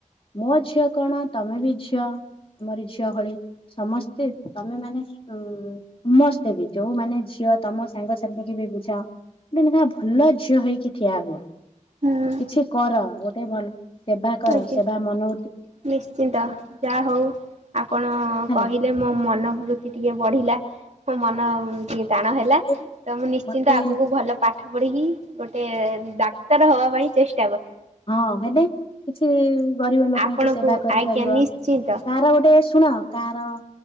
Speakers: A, on the left; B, on the right.
A: ମୋ ଝିଅ କଣ ତମେ ବି ଝଅ। ଆମର ଝିଅ ଭଳି ସମସ୍ତେ ତମେ ମାନେ ଉଁ ସମସ୍ତେ ବି ଯୋଉମାନେ ଝିଅ। କୁଅ ତମ ସାଙ୍ଗସାଥିୀ କି ବି ବୁଝାଅ। ଗୋଟେ ଲେଖା ଭଲ ଝିଅ ହେଇକି ଠିଆ ହୁଅ
B: ହୁଁ
A: କିଛି କର ଗୋଟେ ଭଲ। ସେବା କର
B: ଆଜ୍ଞା।
A: ସେବା ମନ।
B: ନିଶ୍ଚିନ୍ତ ଯା ହଉ। ଆପଣ
A: ହେଲା
B: କହିଲେ ମୋ ମନୋବୃତ୍ତି ଟିକେ ବଢିଲା ମୋ ମନ ଟିକେ। ଟାଣ ହେଲା
A: ମତେ
B: ତ ମୁଁ ନିଶ୍ଚିନ୍ତ
A: ମତେ
B: ଆଗକୁ ଭଲ ପାଠ ପଢ଼ିକି ଗୋଟେ। ଡାକ୍ତର ହବା ପାଇଁ ଚେଷ
A: ହଁ ହେଲେ। କିଛି ଗରିବ ଲୋକଙ୍କୁ
B: ଆପଣଙ୍କୁ
A: ସେବା କରିପାରିବ
B: ଆଜ୍ଞା ନିଶ୍ଚିନ୍ତ
A: କାହାର ଗୋଟେ ଶୁଣ କାହାର।